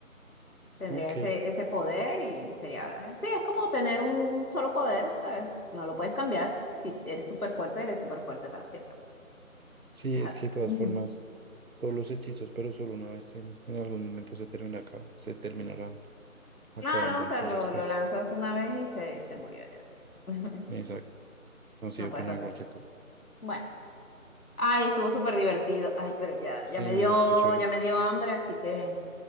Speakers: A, on the left; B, on the right.
A: Tendría
B: Ok,
A: ese, ese poder y sería, sí, es como tener un solo poder, ¿sabes? No lo puedes cambiar. Si eres súper fuerte, eres súper fuerte para siempre.
B: sí,
A: Es
B: es
A: así.
B: que de todas
A: Ujú.
B: formas, todos los hechizos, pero solo una vez en, en algún momento se termina, acá- se terminarán acabando.
A: Claro, o
B: Entonces,
A: sea, lo, lo
B: pues,
A: lanzas una vez y se, se murió ya. <laughs>
B: exacto. No sé,
A: No
B: yo
A: puedes
B: opino
A: repetir.
B: igual que tú.
A: Bueno. Ay, estuvo súper divertido. Ay, pero ya,
B: Sí,
A: ya me
B: no,
A: dio,
B: muy muy chévere.
A: ya me dio hambre, así que